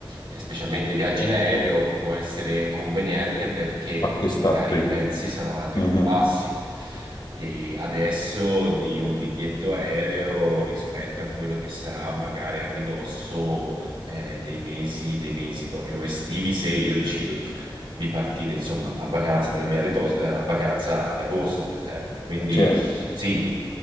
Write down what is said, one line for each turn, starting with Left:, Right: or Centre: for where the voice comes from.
Right: e specialmente viaggi in aereo, può essere conveniente perché,
Left: acquistar
Right: perché magari
Left: prima.
Right: i prezzi sono anche
Left: Mhm.
Right: più bassi di adesso di un biglietto aereo rispetto a quello che sarà magari a ridosso eh, dei mesi, dei mesi proprio estivi, se io decido di partire insomma a vacanza della mia ridosa, a vacanza ad agosto, ad esempio. Quindi
Left: Certo.
Right: sì,